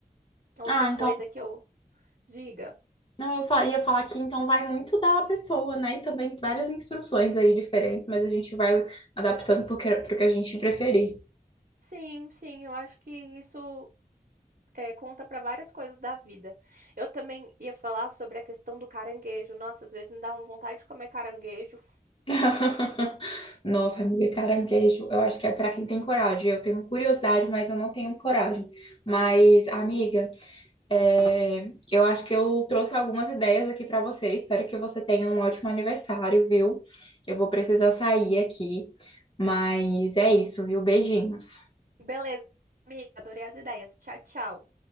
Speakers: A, on the right (about 75°); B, on the left (about 35°).
A: Outra
B: Ah,
A: coisa
B: então,
A: que eu diga.
B: não, eu fa- ia falar que então vai muito da pessoa, né? E também várias instruções aí diferentes, mas a gente vai adaptando pro que, pro que a gente preferir.
A: Sim, sim, eu acho que isso. é, conta para várias coisas da vida. Eu também ia falar sobre a questão do caranguejo. Nossa, às vezes me dá uma vontade de comer caranguejo.
B: <laughs> Nossa, amiga, caranguejo, eu acho que é pra quem tem coragem. Eu tenho curiosidade, mas eu não tenho coragem. Mas, amiga, É, eu acho que eu trouxe algumas ideias aqui para você. Espero que você tenha um ótimo aniversário, viu? Eu vou precisar sair aqui, mas é isso, viu? Beijinhos.
A: Beleza, amiga, adorei as ideias. Tchau, tchau.